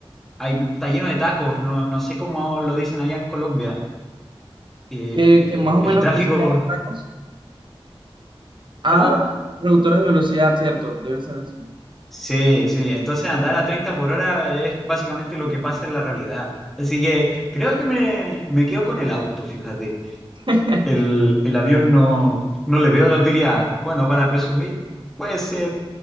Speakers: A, in the centre; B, on the right.
A: hay, está lleno de tacos, no, no sé cómo lo dicen allá en Colombia. Eh,
B: que,
A: eh,
B: que más o
A: el
B: menos
A: tráfico,
B: que se llaman tacos. Ah,
A: ¿cómo?
B: reductores de velocidad, cierto, debe ser eso.
A: Sí, sí, entonces andar a 30 por hora es básicamente lo que pasa en la realidad. Así que creo que me, me quedo con el auto, fíjate.
B: <laughs>
A: El, el avión no, no le veo la utilidad. Bueno, para presumir, puede ser,